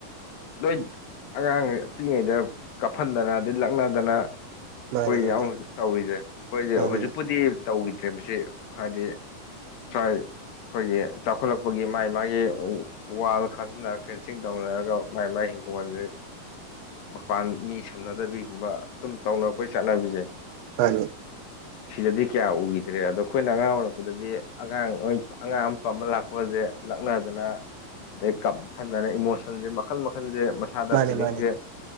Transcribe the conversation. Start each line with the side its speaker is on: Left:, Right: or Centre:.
Left: ꯂꯣꯏ ꯑꯉꯥꯡ ꯄꯤꯛꯏꯉꯩꯗ ꯀꯥꯞꯐꯟꯗꯅ ꯑꯗꯩ ꯂꯛꯅꯗꯅ
Right: ꯃꯥꯅꯤ
Left: ꯈꯣꯏ
Right: ꯃꯥꯅꯤ
Left: ꯌꯥꯎ ꯇꯧꯔꯤꯖꯦ ꯈꯣꯏꯒꯤ
Right: ꯃꯥꯅꯤ
Left: ꯍꯧꯖꯤꯛꯄꯨꯗꯤ ꯇꯧꯒꯤꯗ꯭ꯔꯦ ꯃꯁꯤ ꯍꯥꯏꯗꯤ ꯆꯥꯏ ꯈꯣꯏꯒꯤ ꯆꯥꯎꯈꯠꯂꯛꯄꯒꯤ ꯃꯥꯏ ꯃꯥꯏ ꯋꯥꯜ ꯈꯖꯤꯟꯅꯔꯛꯈ꯭ꯔꯦ ꯐꯦꯟꯁꯤꯡ ꯇꯧꯅꯔꯒ ꯃꯥꯏ ꯃꯥꯏ ꯍꯤꯡꯒꯣꯠꯖꯦ ꯃꯄꯥꯟ ꯃꯤ ꯁꯝꯅꯗꯕꯤꯒꯨꯝꯕ ꯁꯨꯝ ꯇꯧꯅꯔꯛꯄꯩ ꯆꯠꯅꯕꯤꯖꯦ
Right: ꯃꯅꯤ
Left: ꯁꯤꯗꯗꯤ ꯀꯌꯥ ꯎꯒꯤꯗ꯭ꯔꯦ ꯑꯗꯣ ꯈꯣꯏꯅ ꯑꯉꯥꯡ ꯑꯣꯏꯔꯛꯄꯗꯗꯤ ꯑꯉꯥꯡ ꯑꯉꯥꯡ ꯑꯃꯄꯝꯃ ꯂꯥꯛꯄꯒꯖꯦ ꯂꯛꯅꯗꯅ ꯑꯗꯩ ꯀꯞꯐꯟꯗꯅ ꯏꯃꯣꯁꯟꯖꯦ ꯃꯈꯜ ꯃꯈꯜꯖꯦ ꯃꯁꯥꯗ
Right: ꯃꯥꯅꯤ
Left: ꯐꯤꯂꯤꯡꯖꯦ
Right: ꯃꯥꯅꯤ